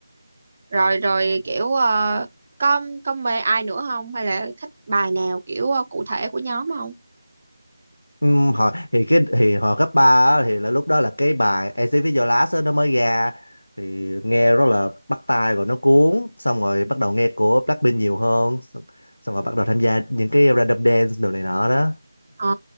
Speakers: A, on the right; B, on the left.
A: rồi rồi kiểu ờ, có có mê ai nữa không hay là thích bài nào kiểu ờ, cụ thể của nhóm không
B: Ừm, hồi thì cái thì hồi cấp 3 á, thì là lúc đó là cái bài Exit with Your Last á, nó mới ra thì nghe rất là bắt tai rồi nó cuốn xong rồi bắt đầu nghe của Blackpink nhiều hơn xong, xong rồi bắt đầu tham gia những cái random dance đồ này nọ đó
A: ờ